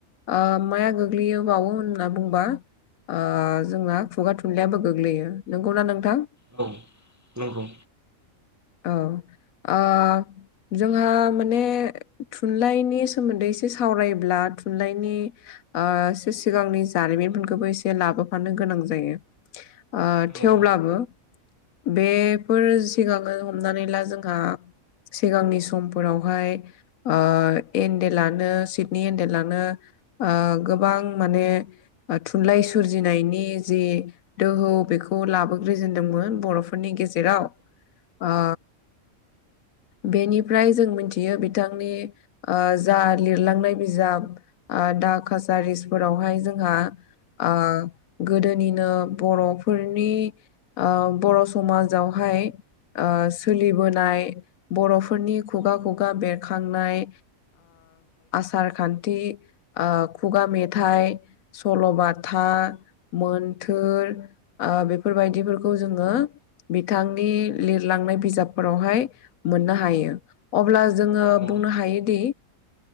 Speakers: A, on the left; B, on the right.
A: ओ माया गोग्लैयोबावो होनना बुंबा ओ जोंना खुगा थुनलाइयाबो गोग्लैयो नंगौना नोंथां?
B: औ नंगौ।
A: औ ओ जोंहा माने थुनलाइनि सोमोन्दै एसे सावरायब्ला थुनलाइनि ओ एसे सिगांनि जारिमिनफोरखौबो एसे लाबोफानो गोनां जायो। ओ
B: औ
A: थेवब्लाबो
B: नंगौ औ
A: बेफोर सिगाङो हमनानै ला जोंहा सिगांनि समफोरावहाय ओ एनडेलानो सिडनि एनडेलानो ओ गोबां माने ओ थुनलाइ सोरजिनायनि जि दोहौ बेखौ लाबोग्रोजेनदोंमोन बर' फोरनि गेजेराव ओ बेनिफ्राय जों मोनथियो बिथांनि ओ जा लिरलांनाय बिजाब ओ दा कासारिस फोरावहाय जोंहा ओ गोदोनिनो बर'फोरनि ओ बर' समाजावहाय सोलिबोनाय बर'फोरनि खुगा खुगा बेरखांनाय आसार खान्थि, खुगा मेथाइ सल'बाथा, मोनथोर बेफोरबायदिफोरखौ जोङो बिथांनि लिरलांनाय बिजाबफोरावहाय मोननो हायो। अब्ला जोङो बुंनो
B: औ
A: हायोदि